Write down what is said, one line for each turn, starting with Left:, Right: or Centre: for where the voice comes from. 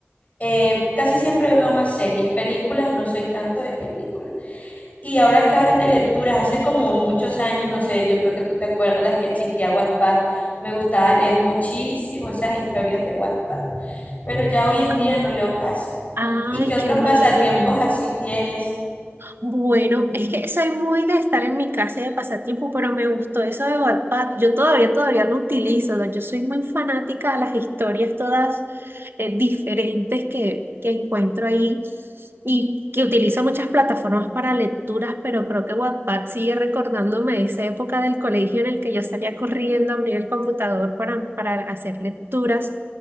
Left: Eh, casi siempre veo más series, películas, no soy tanto de películas. Y ahora que hablas de lecturas, hace como muchos años, no sé, yo creo que tú te acuerdas que existía Wattpad. Me gustaba leer muchísimo esas historias de Wattpad, pero ya hoy en
Right: Ah,
Left: día no leo casi.
Right: Ay,
Left: ¿Y qué otros
Right: qué mal.
Left: pasatiempos así tienes?
Right: Bueno, es que soy muy de estar en mi casa y de pasatiempo, pero me gustó eso de Wattpad. Yo todavía, todavía lo utilizo, ¿no? Yo soy muy fanática de las historias todas eh, diferentes que, que encuentro ahí y que utilizo muchas plataformas para lecturas, pero creo que Wattpad sigue recordándome esa época del colegio en el que yo salía corriendo a abrir el computador para, para hacer lecturas.